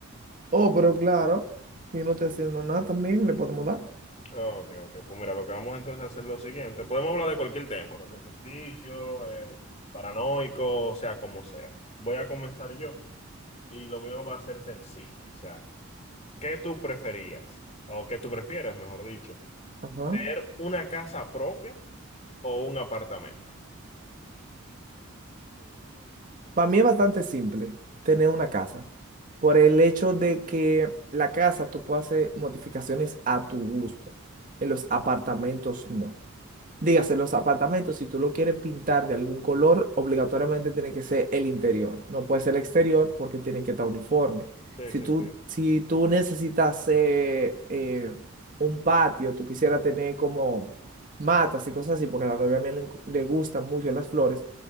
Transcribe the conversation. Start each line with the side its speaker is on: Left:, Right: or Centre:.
Right: Oh, pero claro, yo no estoy haciendo nada también, le podemos dar.
Left: Ok, ok. Pues mira, lo que vamos entonces a hacer es lo siguiente. Podemos hablar de cualquier tema, tanto ficticio, eh, paranoico, o sea, como sea. Voy a comenzar yo y lo mío va a ser sencillo. O sea, ¿qué tú preferías? O qué tú prefieres, mejor dicho.
Right: Ajá.
Left: ¿Tener una casa propia o un apartamento?
Right: para mí es bastante simple tener una casa, por el hecho de que la casa tú puedes hacer modificaciones a tu gusto, en los apartamentos no. Dígase, los apartamentos, si tú lo quieres pintar de algún color, obligatoriamente tiene que ser el interior. No puede ser el exterior porque tiene que estar uniforme.
Left: Sí,
Right: Si
Left: sí,
Right: tú,
Left: sí.
Right: si tú necesitas eh, eh, un patio, tú quisieras tener como matas y cosas así, porque a la novia mía le, le gustan mucho las flores.